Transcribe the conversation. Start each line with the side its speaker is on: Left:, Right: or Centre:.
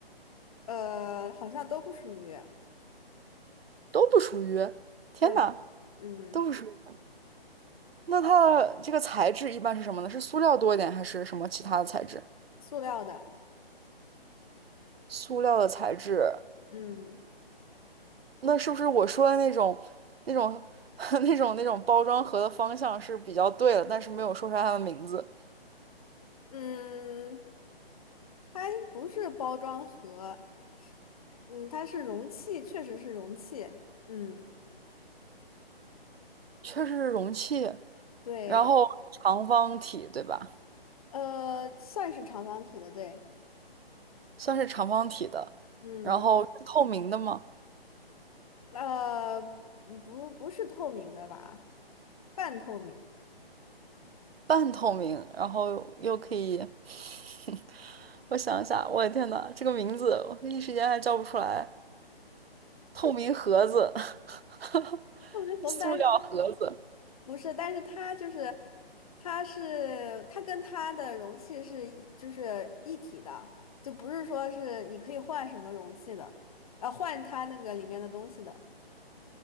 Left: 呃，好像都不属于，
Right: 都不属于。天哪，
Left: 对，嗯，
Right: 都不属于。那它的这个材质一般是什么呢？是塑料多一点，还是什么其他的材质？
Left: 塑料的，
Right: 塑料的材质，
Left: 嗯
Right: 那是不是我说的那种、那种、<laughs> 那种、那种包装盒的方向是比较对的，但是没有说出来它的名字？
Left: 嗯，它不是包装盒，嗯，它是容器，确实是容器，嗯，
Right: 确实是容器，
Left: 对。
Right: 然后长方体，对吧？
Left: 呃，算是长方体的，对，
Right: 算是长方体的，
Left: 嗯，
Right: 然后是透明的吗？
Left: 呃，嗯不，不是透明的吧？半透明，
Right: 半透明，然后又可以，<laughs> 我想一下，我的天呐，这个名字我一时间还叫不出来。透明盒子，<laughs>
Left: 透明盒子，
Right: 塑料盒子。
Left: 但是不是？但是它就是，它是，它跟它的容器是一，就是一体的，就不是说是你可以换什么容器的，呃，换它那个里面的东西的，